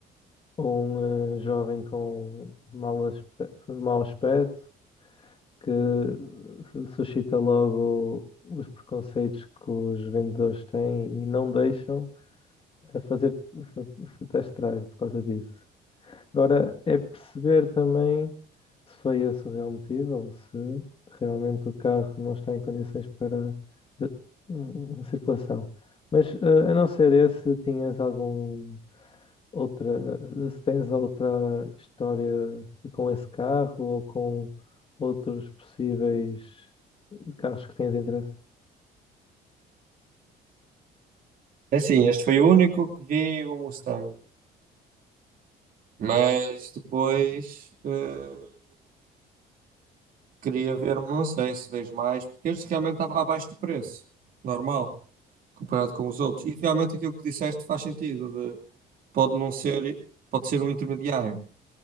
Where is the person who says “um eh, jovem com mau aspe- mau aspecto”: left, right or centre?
Left